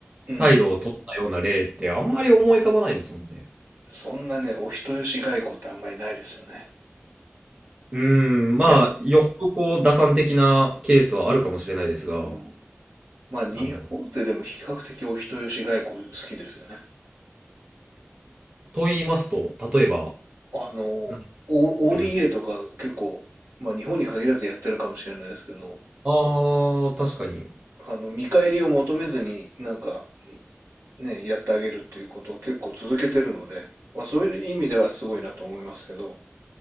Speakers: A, on the right; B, on the right.
A: うん。
B: 態度を取ったような例ってあんまり思い浮かばないですもんね。
A: そんなね、お人よし外交ってあんまりないですよね。
B: うーん、まあ、
A: いや、
B: よほどこう、打算的なケースはあるかもしれないですが、
A: うん。まあ日本ってでも比較的お人よし外交好きですよね。
B: なんだろう。と言いますと、例えば、
A: あの、O-
B: 何か
A: ODA
B: あります
A: とか結構、まあ日本に限らずやってるかもしれないですけど、
B: ああー、確かに。
A: あの、見返りを求めずになんか、ね、やってあげるっていうことを結構続けてるので、まあそういう意味ではすごいなと思いますけど、